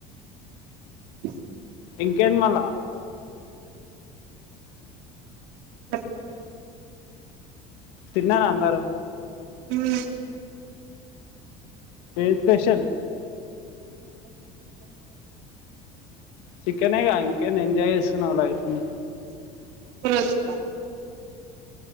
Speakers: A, on the right; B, on the left.
A: <inaudible>
B: ఇంకేంటి మళ్ళా
A: ఓ
B: తిన్నార అందరూ
A: హ్మ్
B: ఏ ఫ్రెషర్
A: <inaudible>
B: చికెనేగా ఇంకేమి ఎంజాయ్ చేస్తున్నావ్ లైఫ్ ని
A: <inaudible>